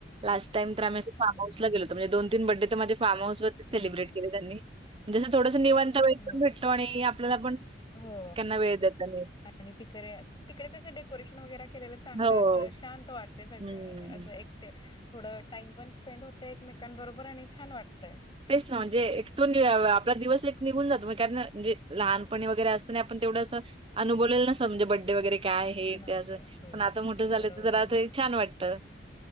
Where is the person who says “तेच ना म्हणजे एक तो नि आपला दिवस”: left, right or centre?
Right